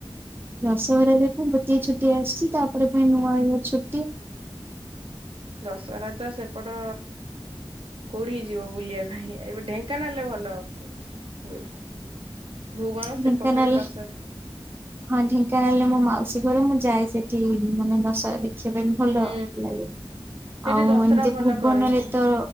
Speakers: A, on the right; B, on the right.
A: ଦଶହରା ରେ ତ ଗୋଟିଏ ଛୁଟି ଆସିଛି ତା ପରେ ପୁଣି ନୂଆ ଇଅର ଛୁ
B: ଦଶହରା ତ ସେପଟ। କୋଉଢି କି ଯିବ ବୁଲିବା ପାଇଁ ଏବେ ଢେ଼ଙ୍କାନାଳ ରେ ଭଲ ହ ହୁଏ। ଭୁବନ
A: ଢେଙ୍କାନାଳ
B: ସେପଟ ସାଇ ଦଶ
A: ହଁ ଢିଙ୍କାନାଳ ରେ ମୋ ମାଉସୀ। ଘର ମୁଁ ଯାଏ ସେଠି ମାନେ ଦଶରା ଦେଖିବା ପାଇଁ ଭଲ
B: ହୁଁ
A: ଲାଗେ।
B: ସେଠି
A: ଆଉ
B: ଦଶହରା
A: ଏମିତି
B: ଭଲ
A: ଭୁବନ
B: କରନ୍ତି
A: ରେ ତ